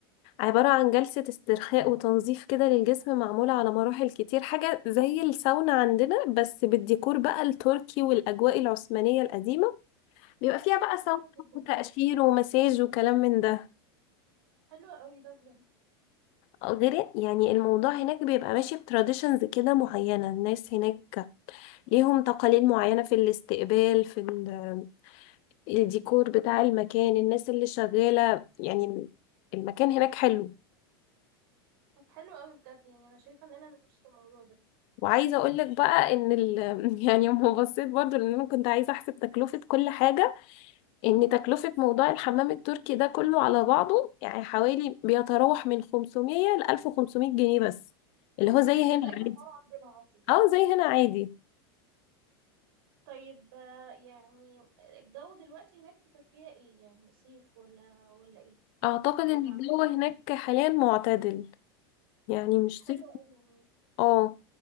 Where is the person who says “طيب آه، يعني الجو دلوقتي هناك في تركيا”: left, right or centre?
Right